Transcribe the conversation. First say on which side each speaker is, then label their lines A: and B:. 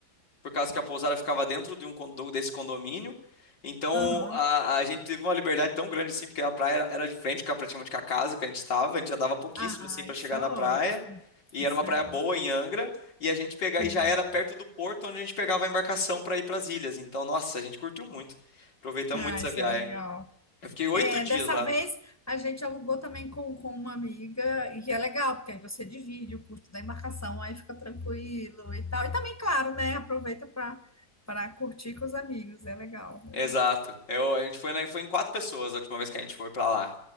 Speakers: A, on the left; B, on the left.
A: por causa que a pousada ficava dentro de um condo- desse condomínio. Então
B: aham.
A: a, a gente teve uma liberdade tão grande assim, porque a praia era, era de frente, com a- praticamente com a casa que a gente estava, a gente andava pouquíssimo
B: Ah,
A: assim para
B: isso
A: chegar
B: é
A: na
B: ótimo.
A: praia. E
B: Isso
A: era uma praia
B: é
A: boa
B: ótimo.
A: em Angra, e a gente pegava
B: Hum.
A: e já era perto do porto onde a gente pegava a embarcação para ir para as ilhas. Então, nossa, a gente curtiu muito. Aproveitamos
B: Ah,
A: muito essa
B: isso
A: viagem.
B: é legal.
A: Eu fiquei oito
B: É,
A: dias
B: dessa
A: lá.
B: vez a gente alugou também com, com uma amiga, e é legal, porque aí você divide o custo da embarcação, aí fica tranquilo e tal. E também, claro, né? Aproveita para para curtir com os amigos, é legal,
A: Exato.
B: é legal.
A: Eu, a gente foi, na- foi em quatro pessoas a última vez que a gente foi para lá.